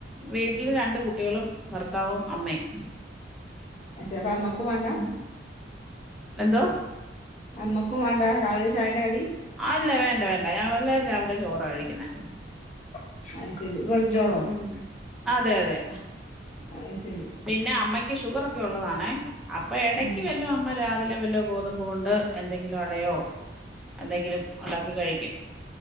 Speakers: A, in the centre; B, on the left.
A: വീട്ടിൽ രണ്ട് കുട്ടികളും ഭർത്താവും അമ്മയും
B: അപ്പോ അമ്മക്കും വേണ്ടാ
A: ഉം. എന്തോ
B: അമ്മക്കും വേണ്ട രാവിലെ ചായന്റെ കടി
A: അല്ല വേണ്ട വേണ്ട ഞങ്ങളെല്ലാവരും രാവിലെ ചോറ കഴിക്കുന്ന
B: അത് ശരി വെറുംചോറോ
A: ഉം അതെ അതെ
B: അത് ശരി
A: പിന്നെ അമ്മയ്ക്ക് ഷുഗർ ഒക്കെ ഉള്ളതാണേ അപ്പൊ ഇടക്ക്
B: ഉം
A: വല്ലും അമ്മ രാ വല്ല വല്ലോ ഗോതമ്പ് കൊണ്ട് എന്തെങ്കിലും അടയോ എന്തെങ്കിലും ഉണ്ടാക്കി കഴിക്കും